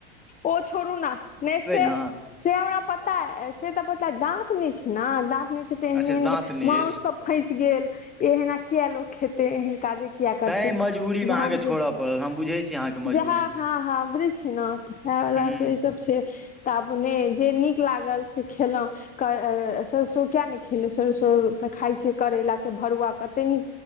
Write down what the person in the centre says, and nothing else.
ने
अच्छा
दाँत नहि
अछि
तैँ
मजबूरीमे
अहाँके
छोड़य पड़ल हम बुझै छी अहाँके मजबूरी
हूँ